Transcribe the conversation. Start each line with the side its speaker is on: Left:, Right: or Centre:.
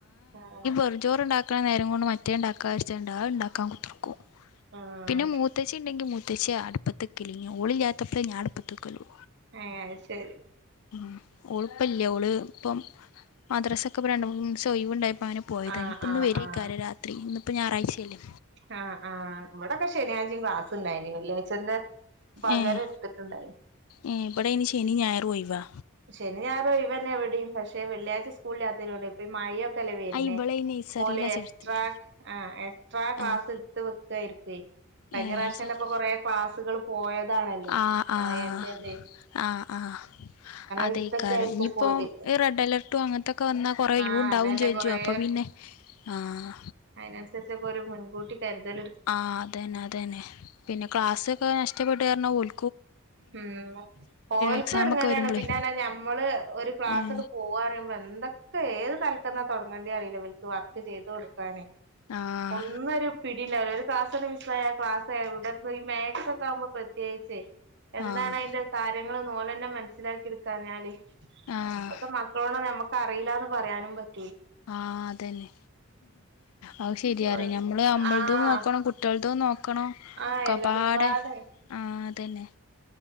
Right: ആഹ്
Left: പൊതിച്ചോറുണ്ടാക്ക്ണെ നേരം കൊണ്ട് മറ്റേ ഉണ്ടാക്കാച്ചാണ്ട് അണ്ടക്കാൻക്കുതിർക്കും
Right: ആഹ്
Left: പിന്നെ മൂത്തേച് ച്ചി ഉണ്ടെങ്കി മുത്തശ്ശിയാ അടുപ്പത്തൊക്കില്ലെങ്കി ഓളില്ലാത്തപ്പഴേ ഞാൻ അടുപ്പത്തു വെക്കൊള്ളു
Right: ഏഹ് അയ് ശരി
Left: ഉം ഓൾപ്പോല്യ ഒള് ഇപ്പം മദ്രസൊക്കിപ്പം രണ്ടു മൂന്നിവസം ഒയിവുണ്ടായപ്പം അങ്ങനെ പോയത
Right: ആഹ്
Left: ഇപ്പ ഇന്നു
Right: ആഹ്
Left: വരീകാര
Right: ആഹ്
Left: രാത്രി ഇന്ന്പ്പൊ ഞായറാചയല്ലേ
Right: ആഹ് ആഹ് ഇവിടൊക്കെ ശനിയാഴ്ച്ചെമ്മ് ക്ലാസുണ്ടായിന് വെള്ളിയാഴ്ചന്റെ പകരം
Left: ഏഹ്
Right: എടുത്തിട്ടുണ്ടായി
Left: ഏഹ് ഇബിടെ ഇനി ശനീം ഞായറൊഴിവാ
Right: ശനി ഞായറൊഴിവന്നെ ഇവിടിം പക്ഷെ വെള്ളിയാഴ്ച സ്കൂളില്ലാത്തതിനോട് ഇപ്പം ഈ മയയൊക്കെ അല്ലേ വരുന്നേ
Left: ആഹ് ഇവളെ ഈ നഴ്സറിയിലാ
Right: അപോലെ എക്സ്ട്രാ
Left: ചേർത്തിയെ
Right: ആഹ് എക്സ്ട്രാ ക്ലാസ്സിട്ടു
Left: ആഹ്
Right: വെക്കായിരിക്കു കഴിഞ്ഞ
Left: ഏഹ്
Right: പ്രാവശ്യം
Left: ശരി
Right: എന്നപ്പൊ കൊറേ ക്ലാസ്സുകള് പോയതാണല്ലോ
Left: ആഹ് ആഹ്
Right: മയന്റെതെ
Left: ആഹ് ആഹ് അതെ
Right: എടുത്തൊക്കെ
Left: കരം
Right: ആയിരിക്കും
Left: ഞ്ഞിപ്പം
Right: പോല്
Left: ഈ റെഡ് അലർട്ടും അങ്ങനത്തൊക്കെ വന്നാ കൊറെേ
Right: ആഹ്
Left: യൂ ഉണ്ടാവും
Right: അതന്നെ
Left: ചോജും
Right: കൊറേ
Left: അപ്പൊ പിന്നെ ആഹ്
Right: അതിനനുസരിച്ചൊക്കൊരൂ മുൻകൂട്ടി കരുതല്
Left: ആഹ് അതന്നെ അതന്നെ പിന്നെ ക്ലാസ്സൊക്കെ നഷ്ടപ്പെട്ട കാരണം ഓൽ
Right: ഉം ഓൽക്കും
Left: എക്സാം
Right: എടങ്ങേറാണ്
Left: ഒക്കെ വരുമ്പളേ
Right: പിന്നാനെ ഞമ്മളെ ഒരു ക്ലാസ്സ്
Left: ഉം
Right: ട് പോവാറിംബൊ എന്തൊക്കെ ക്കെ ഏത് തൽക്കെന്നാ തൊടങ്ങേണ്ടി അറിയില്ല ഇബല്ക്ക് വർക്ക് ചെയ്ത് കൊടുക്കാനെ
Left: ആഹ്
Right: ഒന്നൊരു പിടിണ്ടവുല്ല ഒരു ക്ലാസ്സ്ങ്ങ്ട്ട് മിസ്സായാ ആ ക്ലാസ്സെവിടെപ്പോയ് മാക്സ് ഒക്കെ ആവുമ്പൊ പ്രത്യേകിച്ച് എന്താണതിന്റെ
Left: ആഹ്
Right: കാര്യങ്ങള്ന്ന് ഒലന്നേ മനസ്സിലാക്കി എടുക്കാഞ്ഞാലേ
Left: ആഹ്
Right: ഇപ്പത്തെ മക്കളോട് നമ്മക്ക് പറയില്ലാന്ന് പറയാനും പറ്റു
Left: ആഹ് അതന്നെ അതു ശരിയാറെ
Right: ഓൽ
Left: ഞമ്മള് ഞമ്മളതും
Right: ആഹ്
Left: നോക്കണം കുട്ട്യാള്ളതും നോ ക്കണ്ണം
Right: ആഹ്
Left: കപാടെ
Right: എല്ലതും പാടെ
Left: ആഹ് അതന്നെ